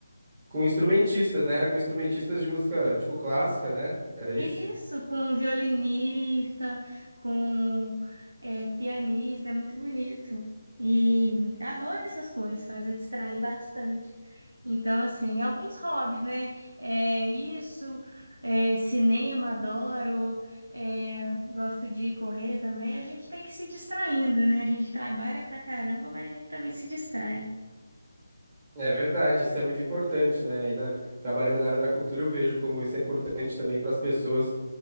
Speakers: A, on the right; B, on the right.
A: com instrumentistas, né? Era com instrumentistas de música, tipo, clássica, né? Era isso?
B: isso com violinista, com é, pianista, é muito bonito. E adoro essas coisas, faz eu distrair bastante. Então, assim, alguns hobbies, né? É isso, é cinema, adoro, é, gosto de correr também. A gente tem que se distraindo, né? A gente trabalha pra caramba, mas a gente também se distrai.
A: É verdade, isso é muito importante, né? Aí na- trabalhando na área da cultura, eu vejo como isso é importante também para as pessoas